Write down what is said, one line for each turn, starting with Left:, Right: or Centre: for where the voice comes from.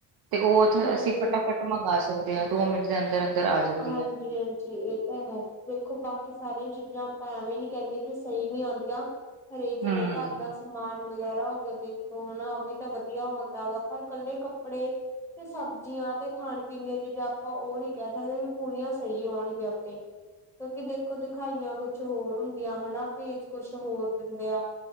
Right: ਤੇ ਉਹਥੇ
Centre: ਹਾਂਜੀ-ਹਾਂਜੀ।
Right: ਅਸੀਂ ਫਟਾਫਟ ਮੰਗਵਾ ਸਕਦੇ ਹਾਂ ਦੋ ਮਿੰਟ ਦੇ ਅੰਦਰ ਅੰਦਰ ਆ ਜਾਂਦੀ
Centre: ਹਾਂਜੀ
Right: ਹੈ
Centre: ਹਾਂਜੀ ਇਹ ਤਾਂ ਹੈ ਦੇਖੋ ਬਾਕੀ ਸਾਰੀਆਂ ਚੀਜ਼ਾਂ ਆਪਾਂ ਐਵੇਂ ਨੀ ਕਹਿੰਦੇ ਕਿ ਸਹੀ ਨੀ ਆਉਂਦੀਆਂ ਹਰੇ ਜਿਵੇਂ
Right: ਹਮ
Centre: ਘਰ ਦਾ ਸਮਾਨ ਵਗੈਰਾ ਹੋ ਗਿਆ ਦੇਖੋ ਹਨਾ ਉਹ ਵੀ ਤਾਂ ਵਧੀਆ ਹੁੰਦਾ ਹੈ ਗਗਾ ਪਰ ਇਕੱਲੇ ਕੱਪੜੇ ਤੇ ਸਬਜ਼ੀਆਂ ਤੇ ਖਾਣ ਪੀਣ ਦੀਆਂ ਚੀਜ਼ਾਂ ਆਪਾਂ ਉਹ ਨੀ ਕਹਿ ਕ ਸਕਦੇ ਵੀ ਪੂਰੀਆਂ ਸਹੀ ਹੋਣਗੀਆਂ ਉੱਥੇ ਕਿਉਂਕਿ ਦੇਖੋ ਦਿਖਾਈਆਂ ਕੁਛ ਹੋਰ ਹੁੰਦੀਆਂ ਹਨਾ। ਭੇਜ ਕੁਛ ਹੋਰ ਦਿੰਦੇ ਆ।